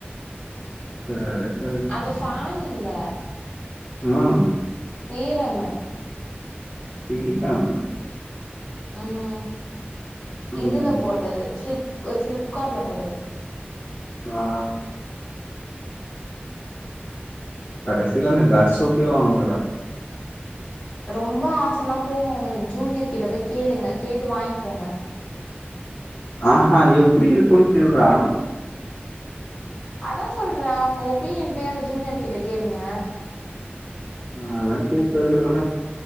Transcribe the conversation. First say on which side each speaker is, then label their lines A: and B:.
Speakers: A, on the left (about 60°); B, on the left (about 40°).
A: சரி சரி
B: அந்த ஃபேன் இல்ல
A: ம்
B: சீரம்மு
A: சீரம்
B: ம்
A: ம்
B: இதுல போட்டது ஃப்லிப் ஃப்லிப்கார்ட்ல போட்டது
A: ஆ கடைசில அந்த கர் சோப்பே வாங்கலடா
B: ரொம்ப ஆசைனா போங்க உங்க ஜூனியர் கிட்ட போய் கேளுங்க கேட்டு வாங்கிக்கோங்க
A: ஆஹா எப்படி இருக்குன்னு கேள்றா
B: அதா சொல்றே அவுங்க ஒப்பீனியன் போய் அந்த ஜூனியர் கிட்ட கேளுங்க
A: நாலா கேக்குறது இல்லடா